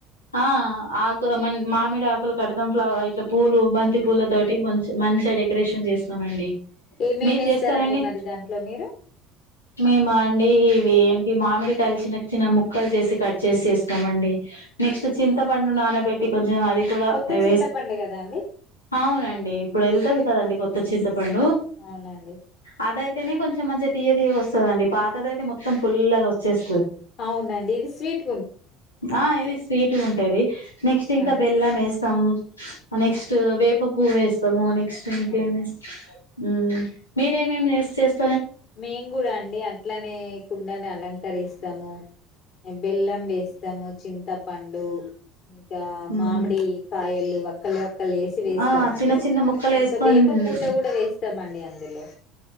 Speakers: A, on the left; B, on the left.
A: ఆ ఆకు మ మామిడ ఆకు మలు కడతాం ఫ్లవర్ ఇట్ల పూలు బంతి పూల తోటి మంచి మంచిగా డెకరేషన్ చేస్తామండి
B: ఏమేమి
A: మీరు
B: వేస్తారండి
A: చేస్తారండి
B: మరి దాంట్లో మీరు
A: మేమా అండి ఇవి ఈ మామిడి కలిసి నకు చిన్న చిన్న ముక్కలు చేసి కట్ చేసి ఇస్తామండి నెక్స్ట్ చింతపండు నానబెట్టి టి కొంచెం అది కూడా
B: కొత్త
A: అ
B: చింతపండు కదా అండి
A: అవునండి ఇప్పుడు వెళ్తుంది కదండి కొత్త చింతపండు
B: అవునండి
A: అదయితేనే కొంచెం కొంచెం మంచిగా తీయ తీయగా వచ్చేస్తుంది పాతదియితే మొత్తం పుల్లగా వచ్చేస్తంది
B: అవునండి ఇది స్వీట్
A: ఆ ఇది స్వీట్గా ఉంటుది నెక్స్ట్ ఇంకా
B: ఆ
A: బెల్లం వేస్తాం నెక్స్ట్ వేప పూవ వేస్తాము నెక్స్ట్ నెక్ట్ ఇంకా
B: అవునండి
A: ఏమి వేస్తాం ఉమ్ మీరేమేం చేస్త
B: మేము కూడా అండి అట్లానే కుండాని అలంకరిస్తాము బెల్లం వేస్తాము చింతపండు ఇక మామిడి
A: మ్
B: కాయలు వీళ్ళు వక్కలు పక్కలు చేసి వేస్తామండి
A: ఆ చిన్న చిన్న ముక్కలు
B: ఇంకా
A: వేసుకొని
B: వేప పూత కూడా వేస్తామండి అందులో